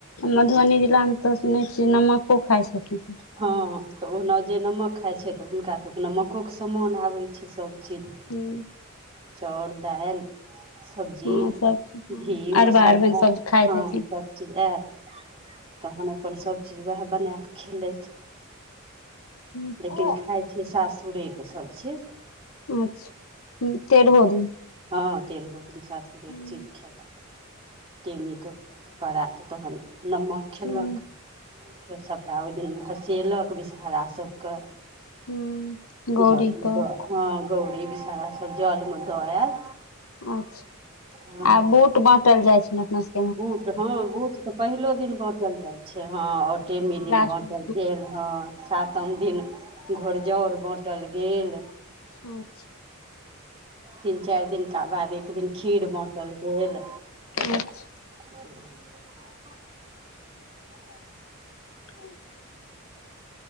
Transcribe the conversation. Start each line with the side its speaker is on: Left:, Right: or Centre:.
Left: मधुबनी जिला में तऽ सुनै छियै नमको खाइ छथिन
Right: हँ तऽ ओ न जे नमक खाइ छै तऽ हुनकासभ के नमको के समान आबै छै सभचीज
Left: हूँ
Right: चाउर दाइल सब्जी
Left: हँ सब हँ
Right: घी
Left: अरबा
Right: मसाला
Left: अरबनि सब खाइत
Right: हँ
Left: हेथिन
Right: सब चीज आयल तहन अ अपन सब चीज वएह बना कऽ खेलेथ
Left: हूँ
Right: लेकिन खाइत सासुरे के सब चीज
Left: अच्छा तेरहो दिन
Right: हँ तेरहो दिन सासुरे
Left: हूँ
Right: कऽ चीज खेलक टेमी कऽ पड़ात तहन नमक खयलक
Left: हूँ
Right: फेर सभटा ओय दिन भसेलक विषहरा सभकेँ
Left: हूँ गौरी
Right: जल में
Left: कऽ
Right: द हँ गौरी विषारा सब जल म दऽ आयल
Left: अच्छा
Right: हँ
Left: आ बूट बाँटल जाइ छै न अपना सब
Right: बूट हँ बूट तऽ पहिलो दिन बाँटल जाय छै हँ टेमी दिन
Left: लास्ट
Right: बाँटल
Left: हूँ
Right: गेल हँ सातम दिन छोड़जउर बाँटल गेल
Left: अच्छा
Right: तीन चार दिनका बाद एक दिन खीर बाँटल गेल
Left: अच्छा
Right: हँ
Left: हूँ